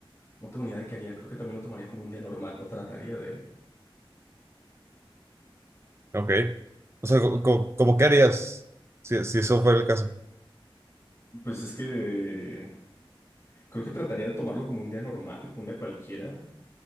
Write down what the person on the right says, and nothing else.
ok. O sea, co- co- como, qué harías si, si eso fuera el caso?